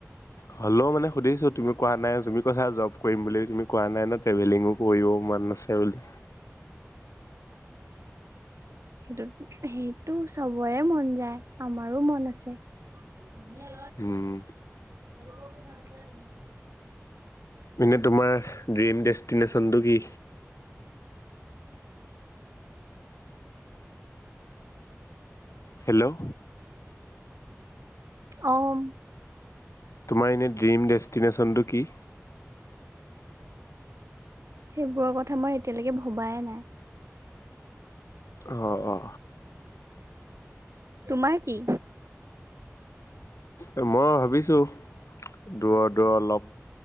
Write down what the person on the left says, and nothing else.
হলেও মানে সুধিছো তুমি কোৱা নাই তুমি কৈছা জব কৰিম বুলি তুমি কোৱা নাই ন ট্ৰেভেলিং কৰিব মন আছে বুলি।
উম,
এানে তোমাৰ ড্ৰিম ডেষ্টিনেশ্যনটো কি? হেল্ল',
তোমাৰ এনে ড্ৰিম ডেষ্টিনেশ্যনটো কি?
অ - অ।
এ মই ভাবিছো দূৰ - দূৰ অলপ।